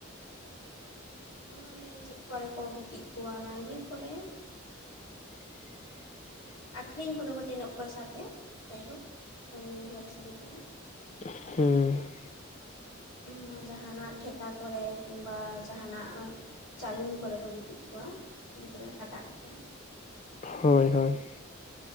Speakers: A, on the left; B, on the left.
A: ᱚᱱᱮ ᱪᱮᱫ ᱠᱚᱨᱮ ᱠᱚ ᱜᱤᱛᱤᱡ ᱠᱚᱣᱟ ᱚᱱᱟ ᱤᱭᱟᱹ ᱠᱚᱨᱮ ᱾
B: <inaudible>
A: ᱟᱠᱷᱨᱤᱧ ᱠᱚᱫᱚ ᱠᱚ ᱛᱤᱱᱟᱹᱜ ᱯᱚᱭᱥᱟ ᱛᱮ ᱡᱟᱭᱦᱳᱠ ᱵᱟᱹᱧ ᱩᱭᱦᱟᱹᱨ ᱥᱟᱹᱵᱤᱛᱮᱜᱼᱟ ᱾
B: ᱦᱮᱸ ᱾
A: ᱩᱱᱟ ᱡᱟᱸᱦᱟᱱᱟᱜ ᱴᱷᱮᱠᱟ ᱠᱚᱨᱮ ᱠᱤᱢᱵᱟ ᱡᱟᱦᱟᱸᱱᱟᱜ ᱪᱟᱞᱩᱱ ᱠᱚᱨᱮ ᱠᱚ ᱜᱤᱛᱤᱡ ᱠᱚᱣᱟ ᱜᱤᱫᱽᱨᱟᱹ ᱦᱟᱴᱟᱜ ᱠᱚᱨᱮ ᱾
B: ᱦᱳᱭ ᱦᱳᱭ ᱾